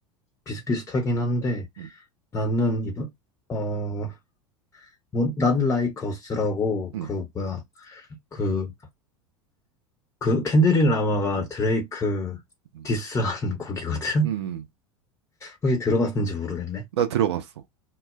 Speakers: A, on the left; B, on the right.
A: 비슷비슷하긴 한데,
B: 음,
A: 나는 이번, 어, 뭐, Not Like Us라고,
B: 음,
A: 그, 뭐야, 그, 그 캔디렐라마가 드레이크
B: 음,
A: 디스한 <laughs> 곡이거든?
B: 음. 음.
A: 혹시 들어봤는지 모르겠네.
B: 나 들어봤어.